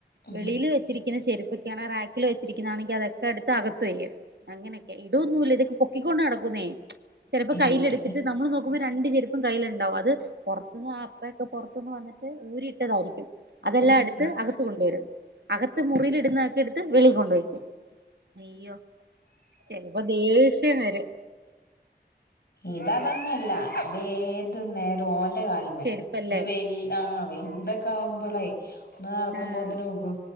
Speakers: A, on the left (about 70°); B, on the right (about 85°).
A: ഉം
B: വെളിൽ വെച്ചിരിക്കുന്ന ചെരുപ്പൊക്കെയാണ് റാക്കിൽ വെച്ചിരിക്കുന്നതാണെങ്കിൽ അതൊക്കെ അടുത്ത് അകത്ത്ുയത് അങ്ങനെയക്കെ ഇടൊന്നുമല്ല ഇതൊക്ക പൊക്കിക്കൊണ്ട് നടക്കും ുന്നേ ചിലപ്പോ കയ്യില
A: ഇത്
B: എടുത്തിട്ട് നമ്മള് നോക്കുമ്പോ രണ്ട ചെരുപ്പ കയ്യിലുണ്ടാവും അത് പുറന്ന് അപ്പൊക്കെ പുറത്തന്ന് വന്നിട്ട് ഊരിട്ടതായിരിക്കും അതെല്ലാം
A: ആഹ്
B: എടുത്ത് അകത്ത് കൊണ്ടുവരും ത്ത് മുറിൽ ഇടുന്നക്കി എടുത്ത് വെളി കൊണ്ടപോക്കും അ്യോ ചപ്പോ ഇതേ വരെ
A: ഇതതന്നല്ല അത ഏത് നേരം ഓൻ എറെ കാല മല
B: ചെരുപ്പല്ലേ
A: ഇത് വ ആ വന്തൊക്കെ ആവുമ്പോളേ ഒന്ന് നടക്കുമ്പോന്
B: ആഹ്
A: നക്ക